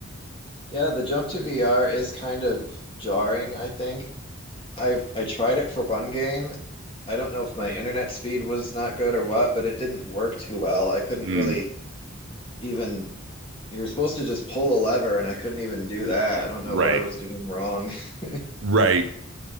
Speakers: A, on the left; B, on the right.
A: yeah, the jump to VR is kind of jarring, I think. I've I tried it for one game. I don't know if my internet speed was not good or what, but it didn't work too well. I couldn't
B: Mm,
A: really even you're supposed to just pull a lever and I couldn't even do that. I don't
B: right,
A: know what I was doing wrong. <laughs>
B: right.